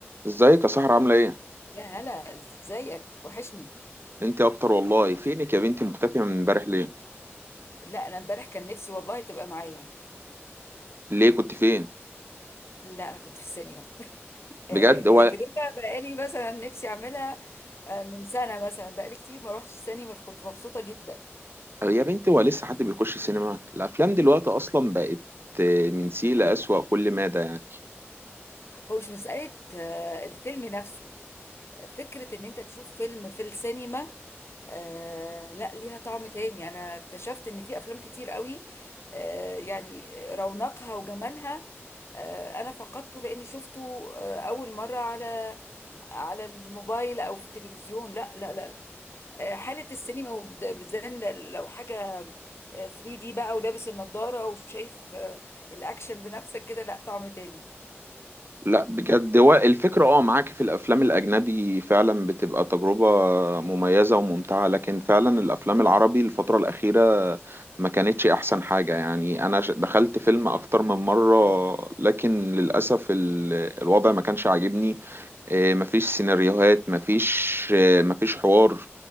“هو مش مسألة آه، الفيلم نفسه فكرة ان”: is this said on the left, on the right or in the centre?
Left